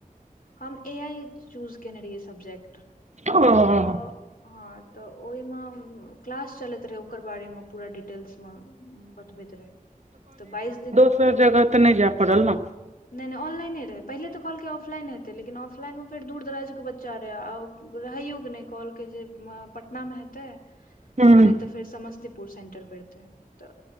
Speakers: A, on the left; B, on the right.
A: हम ए आइ चूज कयने रहियए सब्जेक्ट मे
B: ओ
A: तऽ हँ तऽ ओहिमे क्लास चलैत रहै ओकर बारेमे पूरा डिटेल्स बतबैत रहै त बाइस दिन
B: केयो जगह तऽ नहि जाय पड़ल ने
A: नहि नहि ऑनलाइने रह पहिले तऽ कहलकै ऑफलाइन हेतै लेकिन ऑफलाइनमे फेर दूर दराजके बच्चा रहै आ रहैयो नहि कहलकै जे पटनामे हेतै
B: हूँ
A: नहि तऽ फेर समस्तीपुर सेंटर पड़तै तऽ